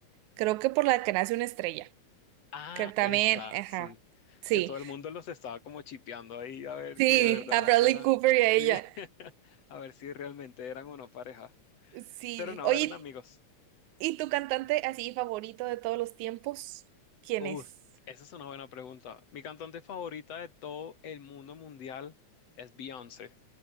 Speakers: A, on the right; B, on the left.
A: creo que por la que nace una estrella.
B: Ah,
A: Que también,
B: esa,
A: ajá.
B: sí.
A: Sí,
B: Que todo el mundo los estaba como chipeando ahí a ver
A: sí,
B: si de Sí. verdad
A: a Bradley
B: eran,
A: Cooper y a ella.
B: sí, <laughs> a ver si realmente eran o no pareja.
A: Sí.
B: Pero no,
A: Oye,
B: eran amigos.
A: ¿Y tu cantante así favorito de todos los tiempos? ¿Quién
B: Uf,
A: es?
B: esa es una buena pregunta. Mi cantante favorita de todo el mundo mundial es Beyoncé.